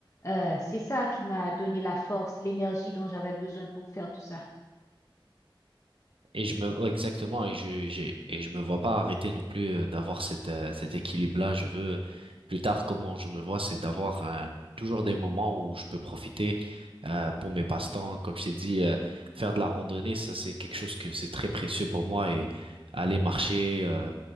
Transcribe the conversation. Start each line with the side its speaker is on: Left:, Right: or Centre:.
Left: Euh, c'est ça qui m'a donné la force, l'énergie dont j'avais besoin pour faire tout ça.
Right: Et je me, ouais, exactement, et je, j'ai, et je me vois pas arrêter non plus euh, d'avoir cette, euh, cet équilibre-là. Je veux, plus tard, comment je me vois, c'est d'avoir euh, toujours des moments où je peux profiter euh, pour mes passe-temps. Comme je t'ai dit, euh, faire de la randonnée, ça, c'est quelque chose que c'est très précieux pour moi et aller marcher, euh,